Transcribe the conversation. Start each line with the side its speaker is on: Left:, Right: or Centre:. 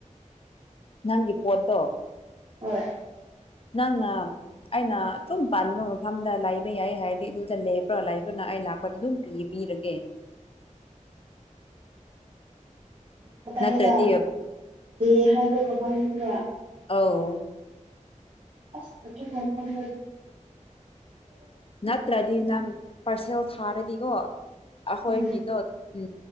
Left: ꯅꯪꯒꯤ ꯄꯣꯠꯇꯣ
Right: ꯍꯣꯏ
Left: ꯅꯪꯉ ꯑꯩꯅ ꯑꯗꯨꯝ ꯄꯥꯟꯕꯥ ꯃꯐꯝꯗ ꯂꯥꯏꯕ ꯌꯥꯏ ꯍꯥꯏꯔꯗꯤ ꯑꯗꯨꯗ ꯂꯦꯞꯄ꯭ꯔꯣ ꯂꯥꯏꯅ ꯑꯩ ꯂꯥꯛꯄꯗ ꯑꯗꯨꯝ ꯄꯤꯕꯤꯔꯒꯦ
Right: ꯗ
Left: ꯅꯠꯇ꯭ꯔꯗꯤ
Right: ꯀ ꯍꯥꯏꯕ ꯃꯐꯝꯗꯨꯗ
Left: ꯑꯥꯎ
Right: ꯑꯁ ꯑꯗꯨ ꯃꯐꯝ
Left: ꯅꯠꯇ꯭ꯔꯗꯤ ꯅꯪ ꯄꯥꯔꯁꯦꯜ ꯊꯥꯔꯗꯤꯀꯣ ꯑꯩꯈꯣꯏꯒꯤꯗꯣ
Right: ꯎꯝ
Left: ꯎ